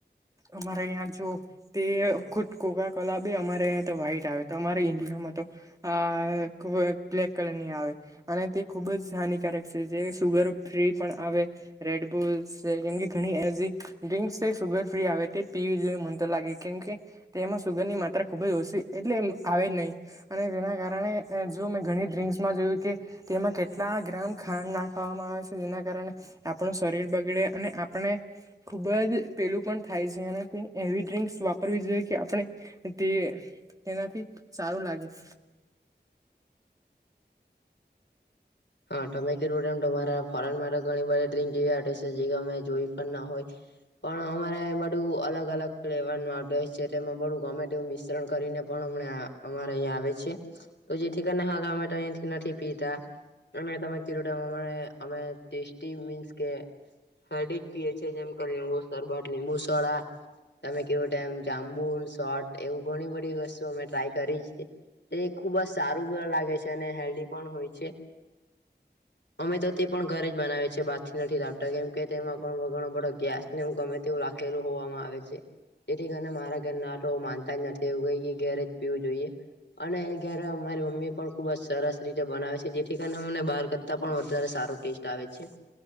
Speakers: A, on the right (about 20°); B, on the left (about 80°).
A: અમારે આયાં જો તે ખુદ કોકાકોલા બી અમારે આયા તો વાઈટ આવે તમારે ઇન્ડિયામાં તો આ ખુબજ બ્લેક કલર ની આવે, અને તે ખુબ જ હાનિકારક છે, જે સુગર ફ્રી પણ આવે રેડ બોલ્ કેમ કે ઘણી એલજીક ડ્રિંસ તે સુગર ફ્રી આવે તે પીવી જોહે મનતો લાગે કેમ કે તે એમાં સુગર ની માત્રા ખુબ જ ઓછી એટલે એમ આવે જ નહી, અને તેના કારણે જો મેં ઘણી ડ્રિંક્સમાં જોયું કે તેમાં કેટલા ગ્રામ ખાંડ નાખવામાં આવે છે, જેના કારણે આપણું શરીર બગડે અને આપણે ખુબ જ પેલું પણ થાય છે, અને તે એવી ડ્રિંક્સ વાપરવી જોઈએ કે આપણે તે તેનાથી સારું લાગે,
B: હા તમે કે રોડ એમ તમારા ફોરેન માટે ઘણી બધી ડ્રીંક એવી છે, જે અમે જોઈ પણ ના હોય પણ અમારે આયા બધું અલગ અલગ ફ્લેવર નુ છે, તેમાં બું ગમેટું મિશ્રણ કરીને પણ હમણાં અમારે અહીંયા આવે છે, તો જેથી કરીને હાલ અમે અહીથી નથી પીતા મે તમે કું <unintelligible> અમે ટેસ્ટી મીસ કે હળડી જ પીએ છે, જેમ કે લીંબુ શરબત લીંબુ સોળ તમે કેવો ટેમ જાંબુ સોટ એવું ઘણી બધી વસ્તુ અમે ટ્રાય કરી છે, તેથી ખુબ જ સારું લાગે છે અને હેલ્ધી પણ હોય છે. અમે તો તે પણ ઘરે જ બનાવે છે, બારથી નથી લાવતા કેમ કે તેમાં પણ ઘણો બડો ગેસ ને ગમે તેવું રાખેલું હોવામાં આવે છે, તેથી કારણે મારા ઘર ના આ તો માનતા જ નથી એ કે ઘેરે જ પીવું જોઈએ. અને ઘ્યારે મારી મમ્મી પણ ખુબજ સરસ રીતે બનાવે છે. ચકન અમને બહાર કરતા પણ વધારે સારો ટેસ્ટ આવે છે.